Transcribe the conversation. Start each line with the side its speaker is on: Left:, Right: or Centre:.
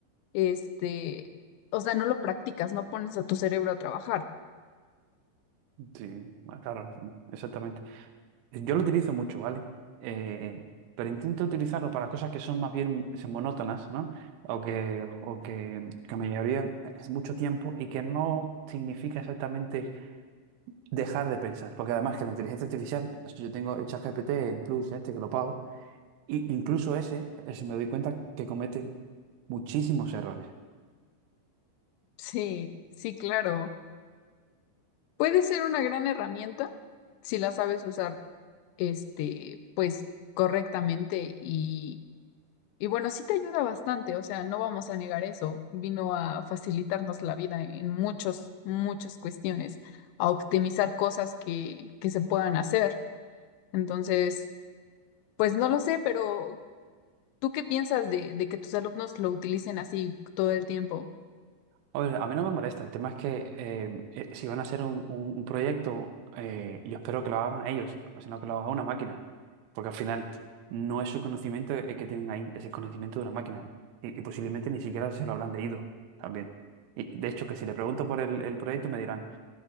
Left: este, o sea, no lo practicas, no pones a tu cerebro a trabajar.
Right: Sí, ah, claro, exactamente. Yo lo utilizo mucho, ¿vale? Eh, pero intento utilizarlo para cosas que son más bien es, monótonas, ¿no? O que, o que, que me llevarían eh, es mucho tiempo y que no significa exactamente dejar de pensar. Porque además que la inteligencia artificial, yo tengo el ChatGPT el Plus este que lo pago, y incluso ese, ese me doy cuenta que comete muchísimos errores.
Left: Sí, sí, claro. Puede ser una gran herramienta si la sabes usar, este, pues correctamente y, y bueno, sí te ayuda bastante, o sea, no vamos a negar eso. Vino a facilitarnos la vida en muchos, muchas cuestiones, a optimizar cosas que, que se puedan hacer. Entonces, pues no lo sé, pero ¿tú qué piensas de, de que tus alumnos lo utilicen así todo el tiempo?
Right: A ver, a mí no me molesta. El tema es que eh, eh, si van a hacer un, un- un proyecto, eh, yo espero que lo hagan ellos, o sea, no que lo haga una máquina, porque al final no es su conocimiento el que tienen ahí, es el conocimiento de una máquina y, y posiblemente ni siquiera se lo habrán leído también. Y de hecho, que si le pregunto por el, el proyecto me dirán,